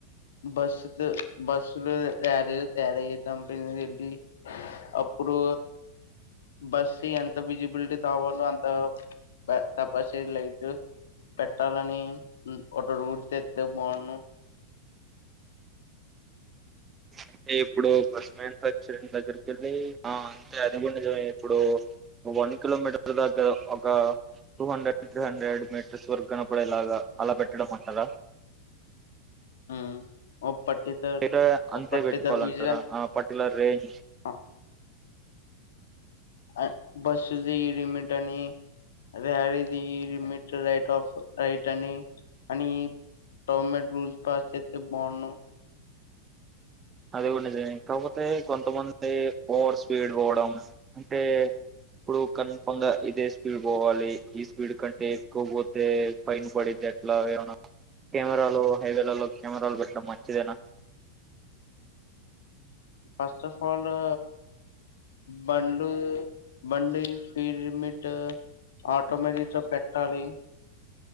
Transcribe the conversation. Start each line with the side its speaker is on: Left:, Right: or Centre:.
Left: బస్సుతో బస్సులో ర్యాలీలు తయారయ్యే కంపిని వెళ్ళి అప్పుడు బస్ది ఎంత విజిబిలిటీ కావాలో అంత పై తపాసి లైట్ పెట్టాలని మ్ ఒక రూల్ తేత్ త్తే బాండ్ను.
Right: అంటే ఇప్పుడు బస్ మ్యానుఫాక్చరింగ్ దగ్గరికెళ్ళి ఆ అంటే అదిగుడ నిజమే ఇప్పుడు వన్ కిలోమీటర్ దాకా ఒక two hundred three hundred metres వరకు కనపడేలాగా అలా పెట్టడమంటరా
Left: ఆ ఓ పట్ ట్టిత
Right: లేదా అంతే
Left: ఓ పట్టిత
Right: పెట్టుకోవాలంటారా?
Left: విజన్
Right: ఆ పర్టిక్యులర్ రేంజ్
Left: అ అ బస్స్ ది లిమిటని అదే అది లిమిట్ రయిట్ ఆఫ్ రయిటని అని గవర్నమెంట్ రూల్స్ క్రాస్ చేస్తే బాన్ను
Right: అది కూడా నిజమే కాకపోతే కొంతమంది ఓవర్ స్పీడ్ పోవడం అంటే ఇప్పుడు కంఫర్మ్గా ఇదే స్పీడ్ పోవాలి. ఈ స్పీడ్ కంటే ఎక్కువ పోతే ఫైన్ పడితట్లా ఏమనా కెమెరాలు హైవేలలో కెమెరాలు పెట్టడం మంచిదేనా
Left: ఫస్ట్ ఆఫ్ ఆలు బంండ్లు బండి స్పీడ్ లిమిట్ ఆటోమేటిక్తో పెట్టాలి.